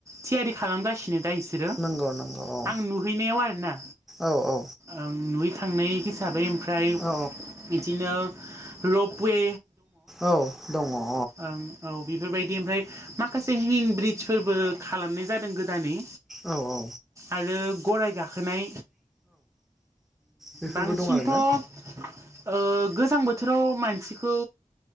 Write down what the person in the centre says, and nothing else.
नंगौ नंगौ औ
औ औ
औ
औ दंङ अ।
औ औ।
बेफोरबो
दं आरोना